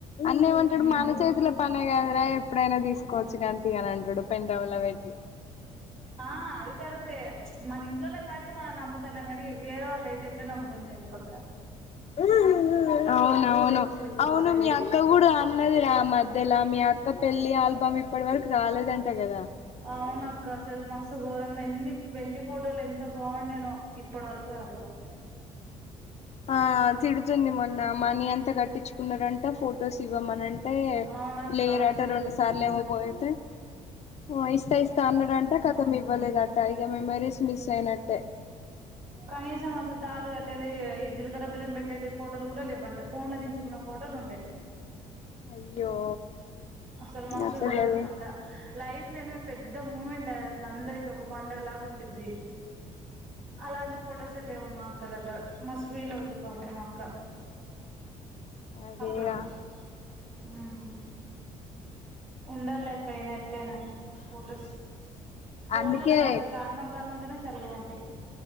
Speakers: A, on the left (about 50°); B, on the right (about 60°).
A: అన్న ఏమంటడు
B: ఉమ్
A: మన చేతుల పనే కాదురా ఎప్పుడైనా తీసుకోవచ్చు కానీ తీయ్యనం ఎడుపెంటవుల వెట్టి
B: ఆ అది కరెక్టే తే చ్ మన ఇంట్లోని వాటికి మనం నమ్ముతున్నాం. కానీ వేరే వాళ్ళ అయితే తెచ్చడం దజె ప్పక
A: ఉహుహు అవునవును
B: ఇస్తారో
A: అవును
B: తెలీదు
A: మీ అక్క కూడా అన్నది రా మధ్యలా మీ అ అక్క పెళ్ళి ఆల్బమ్ ఇప్పటి వరకు రాలేదంట కదా.
B: అవునాక్క అసలు మస్తు ఘోరం ఎన్ని పెళ్లి ఫోటోలు ఎంత బావుండేనో ఇప్పటి వరకు రాలేదు అక్క.
A: ఆ తిడుతుంది మొన్న మనీ అంత కట్టించుకున్నారంట ఫొటోస్ ఇవ్వమనింటే టే
B: అవునక్క
A: లేరట
B: అసలు
A: రెండు సార్లు ఏమో పోయితే ఓ ఇస్తా ఇస్తా అన్నాడంట కథం ఇవ్వలేదంట. ఇ మెమరీస్ మిస్ అయినట్టే.
B: కనీసం అసలు తాలి కట్టేది ఇజ్జలు దల పిల్లం పెట్టేటి ఫోటోలు కూడా లేవంట ఫోన్ లో నించుకున్న ఫోటోలు ఉండే.
A: అయ్యో
B: అసలు మస్తు
A: అట్లా
B: ధారుణం
A: జరిగి
B: అక్క లైఫ్ లోనే పెద్ద మూమెంట్ టే అసలు అందరికి ఒక పండుగ లాగా ఉండిద్ది. అలాంటి ఫొటోసె లేవు మా అక్క దగ్గర మస్తు ఫీల్ అవుతుంది పాపం మా అక్క.
A: అదేరా
B: అప్పుడుప్పుడు ఉ ఉ ఉండాలి లెక్క అయినా ఎట్లయినా ఫోటోస్ ఫోన్లలో
A: అందుకే
B: కాదు ఇట్లా ఆన్మాంలాగా ఉంటేనే చాల బవుంటాయి